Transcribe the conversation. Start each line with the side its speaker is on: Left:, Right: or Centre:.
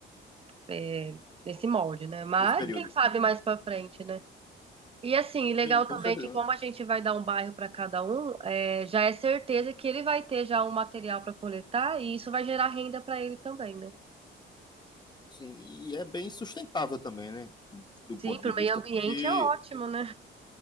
Right: é, nesse molde, né? Mas
Left: nesse período.
Right: quem sabe mais pra frente, né? E assim, legal
Left: Sim,
Right: também
Left: com certeza.
Right: que como a gente vai dar um bairro pra cada um, é, já é certeza que ele vai ter já um material pra coletar e isso vai gerar renda pra ele também, né?
Left: Sim, e é bem sustentável também, né? Do ponto
Right: Sim, pro
Left: de vista,
Right: meio ambiente
Left: porque
Right: é ótimo, né?